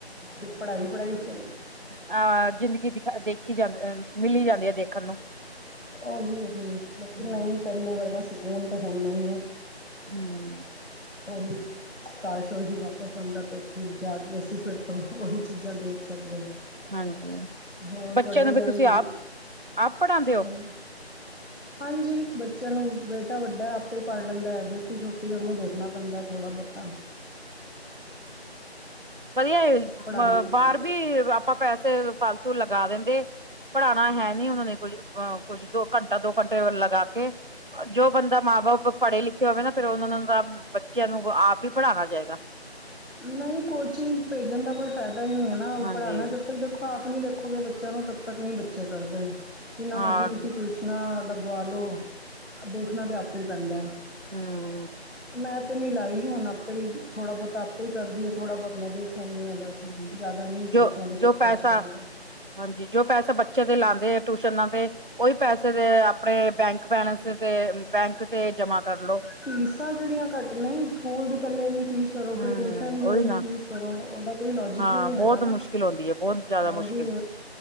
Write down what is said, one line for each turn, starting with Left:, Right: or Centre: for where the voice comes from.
Left: ਇੱਕ ਪੜ੍ਹਾਈ-ਪੜ੍ਹਾਈ ਕਰ
Right: ਆਹ ਜ਼ਿੰਦਗੀ ਦਿਖਾ ਦੇਖੀ ਜਾ ਮਿਲੀ ਜਾਂਦੀ ਹੈ ਦੇਖਨ ਨੂੰ।
Left: ਉਹੀ-ਉਹੀ ਲੇਕਿਨ
Right: ਹੂੰ,
Left: ਨਈ ਪੈਲੇ ਵਰਗਾ ਸਕੂਨ ਤਾ ਹੁਣ ਨਈ ਐ।
Right: ਹੂੰ
Left: ਔਰ ਈ ਕਾਸ਼ ਉਹੀ ਵਾਪਸ ਆਂਦਾ ਤੇ ਉੱਥੇ ਜਾ ਕੇ ਅਸੀਂ ਫਿਰ ਤੋਂ ਉਹੀ ਚੀਜ਼ਾਂ ਦੇਖ ਸਕਦੇ।
Right: ਹਾਂਜੀ।
Left: ਹੋਰ
Right: ਬੱਚਿਆਂ
Left: ਤੁਹਾਡੇ ਵਿਆਹ
Right: ਫਿਰ ਤੁਸੀਂ
Left: ਨੂੰ ਕਿਨੀਂ
Right: ਆਪ ਆਪ ਪੜ੍ਹਾਉਂਦੇ ਹੋ?
Left: ਟੈਮ ਹਾਂਜੀ ਬੱਚਿਆਂ ਨੂੰ ਬੇਟਾ ਵੱਡਾ ਆਪੇ ਪੜ੍ਹ ਲੈਂਦਾ ਹੈ ਬੇਟੀ ਛੋਟੀ ਐ ਓ ਵੇਖਣਾ ਪੈਂਦਾ ਥੋੜਾ ਬੋਤਾ।
Right: ਵਧੀਆ ਏ
Left: ਪੜ੍ਹਾਉਣਾ ਤਾਂ ਪੈਂਦਾ
Right: ਬਾਰ
Left: ਹੀ
Right: ਵੀ ਆਪਾਂ ਪੈਸੇ ਫਾਲਤੂ ਲਗਾ ਦਿੰਦੇ। ਪੜਾਨਾ ਹੈ ਨੀ ਉਹਨਾਂ ਨੇ ਕੁੱਝ ਘੰਟਾ ਦੋ ਘੰਟੇ ਲਗਾ ਕੇ ਜੋ ਬੰਦਾ ਮਾਂ ਬਾਪ ਪੜ੍ਹੇ ਲਿਖੇ ਹੋਵੇ ਨਾ ਫਿਰ ਉਹਨਾਂ ਨੂੰ ਤਾਂ ਬੱਚਿਆਂ ਨੂੰ ਆਪ ਹੀ ਪੜ੍ਹਾਨਾ ਚਾਈਦਾ।
Left: ਨਈ ਕੋਚਿੰਗ ਭੇਜਣ ਦਾ ਕੋਈ ਫਾਇਦਾ ਹੀ ਨੀ ਹੈ ਨਾ ਉਹ
Right: ਹਾਂਜੀ।
Left: ਪੜ੍ਹਾਣਾ ਜਦ ਤੱਕ ਦੇਖੋ ਆਪ ਨੀ ਦੇਖੋਗੇ ਬੱਚਿਆਂ ਨੂੰ ਤਦ ਤੱਕ ਨੀ ਬੱਚੇ ਕਰਦੇ ਜਿੰਨਾ
Right: ਹਾਂ,
Left: ਮਰਜ਼ੀ ਤੁਸੀਂ ਟਿਊਸ਼ ਨਾ ਲਗਵਾ ਲੋ ਦੇਖਣਾ ਤੇ ਆਪੇ ਈ ਪੈਂਦਾ।
Right: ਹੂੰ
Left: ਮੈਂ ਤੇ ਨੀ ਲਾਈ ਹੁਣ ਆਪੇ ਹੀ ਥੋੜਾ ਬੋਤਾ ਪੇ ਕਰਦੀ ਐ ਥੋੜ੍ਹਾ ਬੋਤ ਮੈਂ ਦੇਖ ਲੈਨੀ ਆ ਬਸ
Right: ਹੂੰ,
Left: ਜਾਦਾ ਨੀ
Right: ਜੋ
Left: ਟਿਊਸ਼ਨਾਂ ਦੇ ਚੱਕਰ
Right: ਜੋ ਪੈਸਾ
Left: ਚ ਬਣਦਾ।
Right: ਹਾਂਜੀ ਜੋ ਪੈਸੇ ਬੱਚੇ ਤੇ ਲਾਂਦੇ ਟਿਊਸ਼ਨਾਂ ਤੇ ਓਈ ਪੈਸੇ ਦੇ ਆਪਣੇ ਬੈਂਕ ਬੈਲੇੈਂਸ ਤੇ ਬੈਂਕ ਤੇ ਜਮਾ ਕਰਲੋ।
Left: ਫੀਸਾਂ ਕੇਹੜੀਆਂ ਘੱਟ ਨੇ ਸਕੂਲ ਦੀ ਪੈਲੇ ਏਨੀ ਫੀਸ ਭਰੋ ਫੇਰ
Right: ਹੂੰ
Left: ਟਿਊਸ਼ਨ ਦੀ
Right: ਉਹੀ
Left: ਏਨੀ
Right: ਨਾ
Left: ਫੀਸ ਭਰੋ ਓਦਾ ਕੋਈ ਲੋਜਿਕ
Right: ਹਾਂ
Left: ਹੀ ਨੀ
Right: ਬਹੁਤ
Left: ਹੈਗਾ ਨਾ।
Right: ਮੁਸ਼ਕਿਲ ਹੁੰਦੀ ਹੈ ਬਹੁਤ ਜ਼ਿਆਦਾ
Left: ਉਹੀ
Right: ਮੁਸ਼ਕਿਲ